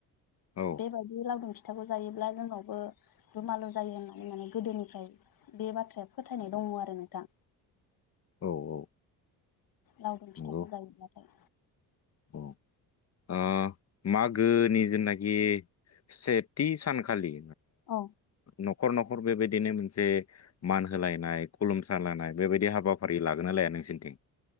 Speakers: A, on the left; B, on the left.
A: औ
B: बेबायदि लावदुम फिथाखौ जायोब्ला जोंनावबो दुमालु जायो होनना माने गोदोनिफ्राय बे बाथ्राया फोथायनाय दङ आरो नोंथां।
A: औ औ
B: लावदुम फिथाखौ
A: नंगौ
B: जायोब्लाथाय
A: औ ओ मागोनि जेनाखि सेथि सानखालि
B: औ
A: न'खर न'खर बेबायदिनो मोनसे मान होलायनाय खुलुमसा लायानाय बेबायदि हाबाफारि लागोना लाया? नोंसोन्थिं